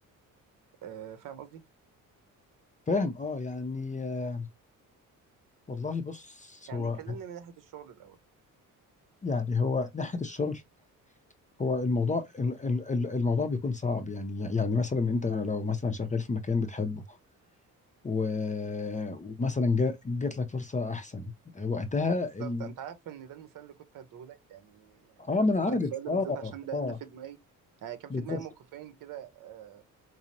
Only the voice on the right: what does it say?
آه، فاهم قصدي
يعني
كلمني من ناحية الشغل الأول
بالظبط
انت عارف ان ده المثال اللي كنت هديهولك يعني يعني
انا
بسألك
السؤال ده
بالذات عشان ده
ده في دماغي يعني كان
في دماغي موقفين كده آه،